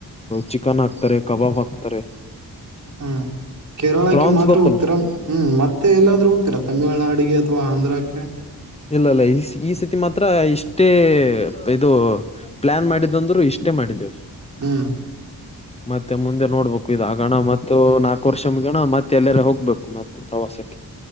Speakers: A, on the left; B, on the right.
A: ಚಿಕನ್ ಹಾಕ್ತಾರೆ ಕಬಾಬ್ ಹಾಕ್ತಾರೆ.
B: ಹ್ಮ ಕೇರಳಕ್ಕೆ
A: ಪ್ರಾನ್ಸ್
B: ಮಾತ್ರ
A: ಗೊತ್ತಲ್ಲ
B: ಹೋಗ್ತೀರಾ ಹ್ಮ ಮತ್ತು. ಮತ್ತ ಎಲ್ಲಾದರೂ ಹೋಗ್ತಾರೆ ತಮಿಳ್ನಾಡಿಗೆ ಅಥವಾ ಆಂಧ್ರಕ್ಕೆ.
A: ಇಲ್ಲ ಇಲ್ಲ ಈ ಈ ಸತಿ ಮಾತ್ರ ಇಷ್ಟೇ ಇದು ಪ್ಲಾನ್ ಮಾಡಿದಂದ್ರು ಇಷ್ಟ. ಟೆ ಮಾಡಿದ್ದೇವೆ.
B: ಹ್ಮ್.
A: <unintelligible> ಮತ್ತೆ ಮುಂದೆ ನೋಡ್ಬೇಕು ಇದ ಆಗಣ ಮತ್ತು ನಾಲ್ಕು ವರ್ಷ ಮುಗಿಯಣ ಮತ್ತೆ ಎಲ್ಲರ ಹೋಗ್ಬೇಕು ಮತ್ತ. ತವಾಸಕ್ಕೆ.